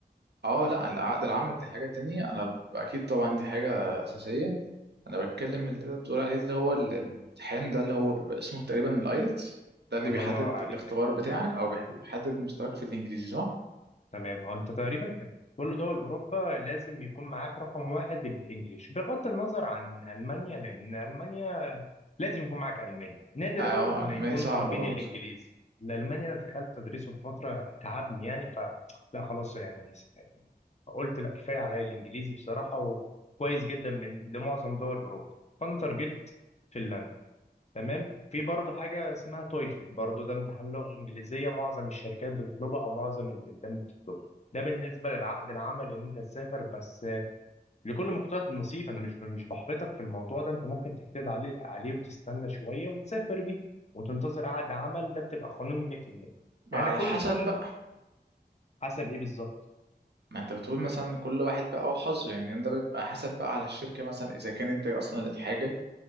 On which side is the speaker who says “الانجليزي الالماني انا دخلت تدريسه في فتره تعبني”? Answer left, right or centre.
Left